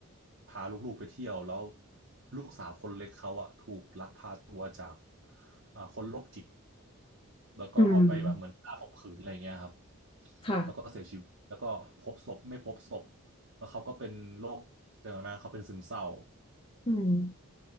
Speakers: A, on the right; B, on the left.
A: พาลูกๆไปเที่ยวแล้วลูกสาวคนเล็กเขาอะถูกลักพาตัวจากอ่าคนโรคจิต แล้วก็เอาไปแบบเหมือนฆ่าข่มขืนอะไรเงี้ยครับ
B: อืมค่ะ
A: แล้วก็เสียชีวิตแล้วก็พบศพไม่พบศพแล้วเขาก็เป็นโรคเร่องน้นะเขาเป็นซึมเศร้า
B: อืม